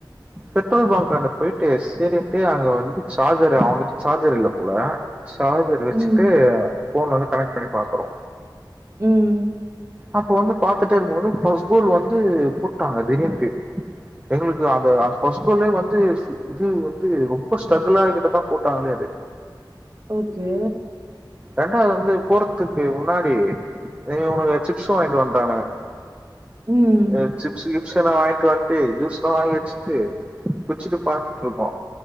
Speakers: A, on the right; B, on the right.
A: பெட்ரோல் பங்க்காண்டு போயிட்டு சேரின்ட்டு அங்க வந்து சார்ஜர் அவங்கிட்ட சார்ஜர் இல்ல போல சார்ஜர் வெச்சுட்டு
B: ம்,
A: ஃபோன்ல இருந்து கனெக்ட் பண்ணி பாக்குறோ
B: ம்.
A: அப்ப வந்து பாத்துட்டே இருக்கும்போது ஃபஸ் கோல் வந்து ட்டாங்க திடீன்ட்டு எங்களுக்கு அது அது ஃபர்ஸ்ட் ஃப்ளோர்லயே வந்து இது வந்து ரொம் ப ஸ்ட்ரகுலாகிட்டுதா போட்டாங்களே அது
B: ஓகே
A: ரெண்டாவது வந்து போறத்துக்கு முன்னாடி எ உனக்கு சிப்ஸ் வாங்கிட்டு வந் ட்டானுங்க
B: ம்,
A: எப் சிப்ஸ் கிப்ஸெல்லா வாங்கிட்டு வந்ட்டு ஜூஸ் எல்லா வாங்கி வச்சுட்டு குச்சிட்டு பாத்துட்டுருப்போ